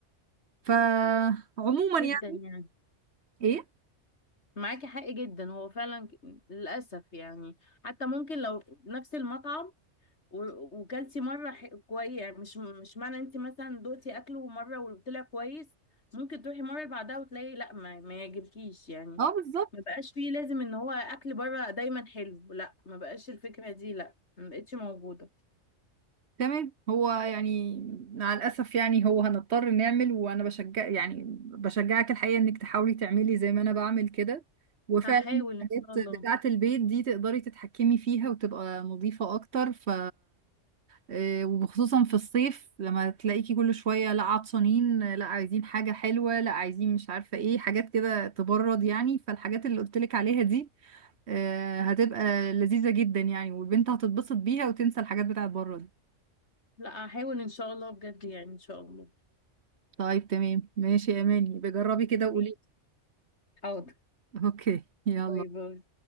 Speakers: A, on the right; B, on the left.
A: فعموما
B: جدا
A: يعني
B: يعني
A: ايه
B: معاكي حق جدا هو فعلا ك- للأسف يعني حتى ممكن لو نفس المطعم و- وكلتي مرة ح- كويس يعني مش مش معنى انت مثلا دوقتي اكله مرة وطلع كويس ممكن تروحي مرة اللي بعدها وتلاقي لا ما, ما يعجبكيش يعني
A: اه بالظبط
B: ما بقاش فيه لازم ان هو اكل بره دايما حلو لا ما بقاش الفكرة دي لا ما بقتش موجودة
A: تمام هو يعني مع الأسف يعني هو هنضطر نعمل وأنا بشجع يعني بشجعك الحقيقة إنك تحاولي تعملي زي ما أنا بعمل كده وفعلا
B: هحاول ان
A: الحاجات
B: شاء الله
A: بتاعة البيت دي تقدري تتحكمي فيها وتبقى نظيفة أكتر ف آه، وخصوصا في الصيف لما تلاقيكي كل شوية لا عطشانين لا عايزين حاجة حلوة لا عايزين مش عارفة إيه حاجات كده تبرد يعني فالحاجات اللي قلتلك عليها دي آه، هتبقى لذيذة جدا يعني والبنت هتتبسط بيها وتنسى الحاجات بتاعة بره دي
B: لا هحاول ان شاء الله بجد يعني ان شاء الله
A: طيب تمام ماشي يا اماني بجربي كده وقولي
B: ماشي حاضر
A: <laughs> اوكي يلا
B: باي باي